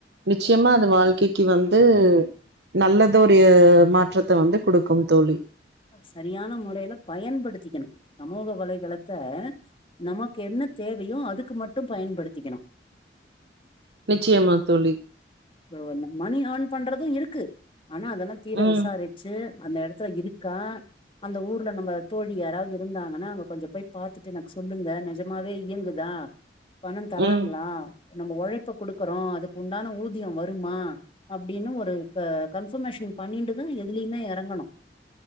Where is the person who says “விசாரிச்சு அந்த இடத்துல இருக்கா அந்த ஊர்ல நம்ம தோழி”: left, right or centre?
Left